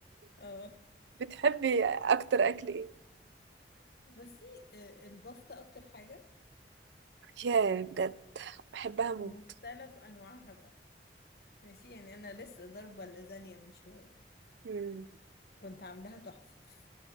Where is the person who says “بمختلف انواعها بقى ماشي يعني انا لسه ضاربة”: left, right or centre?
Left